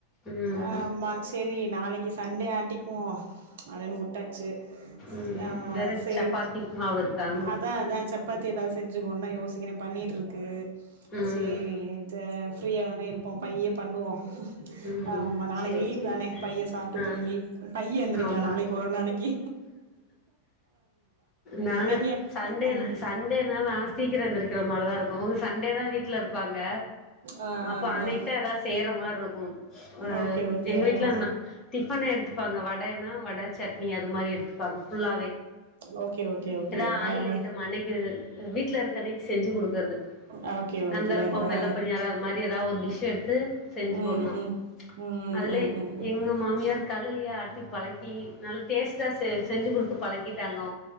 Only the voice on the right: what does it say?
ஆ மாச் செரி நாளிக்கி சண்டே ஆட்டிக்குவோ அப்டினு விட்டாச்சு
ஆ
சேரி
அதா அதா சப் பாத்தி எதாவது செஞ்சுக்கோனா யோசிக்கிறே பன்னீர் இருக்கு
செரின்னு ஃப்ரீயா தானே இருப்போ பைய பண்ணுவோ
ஆ ஆமா நாளிக்கி
லீவ்
தானே பைய சாப்ட்டு
தூங்கி பைய எந்திரக்கலா
நாளிக்கி ஒரு நாளிக்கி
நீங்க
ம்
ஆ
ஆ
ஓகே ஓகே
ஆ
ஒ ஓகே ஓகே ஓகே
ஆ ஆ
அ ஓகே
ஓகே ஆ
ம்
ம் ம்
ம் ம் ம்